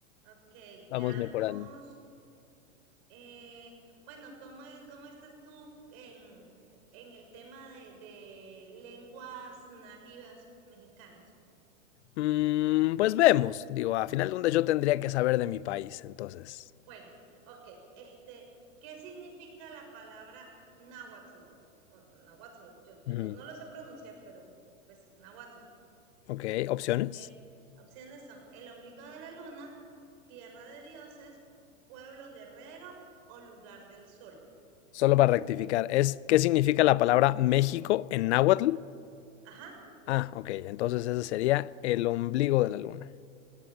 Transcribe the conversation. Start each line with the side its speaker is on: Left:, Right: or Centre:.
Right: Ok,
Left: Vamos
Right: veamos.
Left: mejorando.
Right: eh, bueno, ¿cómo, es- cómo estás tú en, en el tema de, de lenguas nativas mexicanas?
Left: Mm, pues vemos. Digo, a final de cuentas yo tendría que saber de mi país, entonces.
Right: Bueno, ok, este, ¿qué significa la palabra náhuatl? O náhuatl, yo, yo
Left: Ujú.
Right: no, no lo sé pronunciar, pero pues náhuatl.
Left: Ok, opciones.
Right: En- opciones son el ombligo de la luna, tierra de dioses, pueblo guerrero o lugar del sol.
Left: Solo para rectificar, es ¿qué significa la palabra México en náhuatl?
Right: Ajá.
Left: Ah, ok, entonces ese sería el ombligo de la luna.